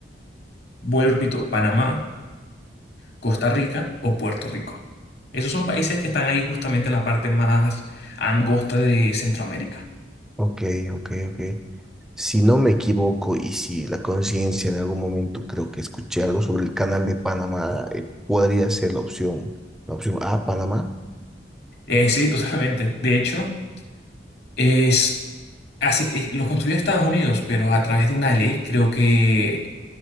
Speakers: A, on the left (about 60°); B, in the centre.
A: Vuelvo, y repito, Panamá, Costa Rica o Puerto Rico. Esos son países que están ahí justamente en la parte más angosta de Centroamérica.
B: ok, ok, ok. Si no me equivoco y si la conciencia en algún momento creo que escuché algo sobre el canal de Panamá, eh, podría ser la opción, la opción A, Panamá.
A: Eh, sí, <laughs> totalmente. De hecho, es... hace- eh, los construyó Estados Unidos, pero a través de una ley, creo que